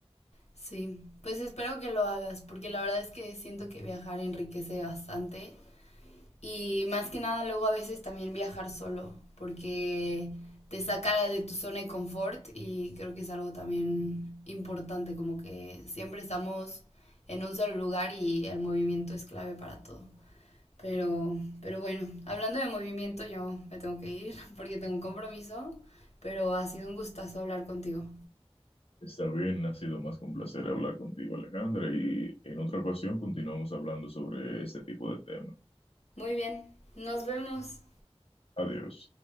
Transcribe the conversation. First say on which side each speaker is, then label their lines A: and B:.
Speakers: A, on the left; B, on the left.
A: Sí, pues espero que lo hagas, porque la verdad es que siento que viajar enriquece bastante Y más que nada, luego a veces también viajar solo, porque te saca de tu zona de confort y creo que es algo también importante, como que siempre estamos en un solo lugar y el movimiento es clave para todo. Pero, pero bueno, hablando de movimiento, yo me tengo que ir <laughs> porque tengo un compromiso, pero ha sido un gustazo hablar contigo.
B: Está bien, ha sido más que un placer hablar contigo, Alejandra, y en otra ocasión continuamos hablando sobre este tipo de temas.
A: Muy bien, nos vemos.
B: Adiós.